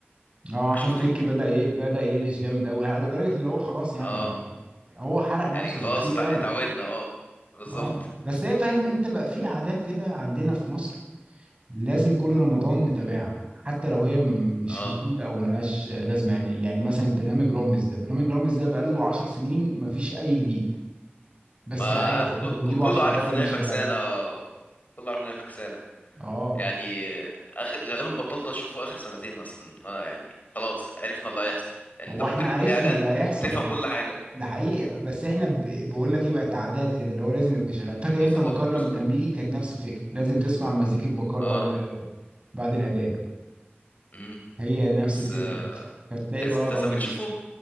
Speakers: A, on the right; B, on the left.
A: اه
B: آه،
A: احمد
B: شفته
A: مكي بدأ ي... بدأ يقلش جامد قوي لدرجة اللي هو خلاص يعني
B: اه
A: هو حرق نفسه
B: يعني خلاص
A: كتير
B: اتع-
A: قوي
B: اتعودنا اه بالظبط
A: اه بس هي فاهم انت بقى في عادات كده عندنا في مصر لازم كل رمضان نتابعها حتى لو هي م- مش
B: اه
A: مفيدة او ملهاش لازمة يعني يعني مثلا برنامج رامز ده برنامج رامز ده بقاله 10 سنين مفيش اي جديد بس
B: ما
A: عادي احنا
B: ك-
A: بنجيبه
B: ك- كله
A: على الفطار
B: عارف
A: وبنشغله
B: ان هي فكسانه آه، كله عارف ان هي فكسانه
A: اه
B: يعني اخر غالبا بطلت اشوفه اخر سنتين مثلا ما يعني خلاص عرفنا اللي هيحصل يعني
A: هو
B: انت ممكن
A: احنا عرفنا
B: من الاعلان
A: اللي هيحصل
B: تفهم كل حاجه
A: ده حقيقة بس احنا ب... بقول لك ايه بقت عادات كده اللي هو لازم يبقى شغال فاكر
B: بالظبط
A: انت بكار لما كان بيجي كانت نفس الفكرة لازم تسمع مزيكة بكار
B: اه
A: بعد الأغاني بعد الأذان
B: امم
A: هي نفس
B: بس
A: الفكرة
B: آه،
A: فتلاقي
B: انت
A: بقى
B: أنت
A: رامز
B: لسه بتشوفه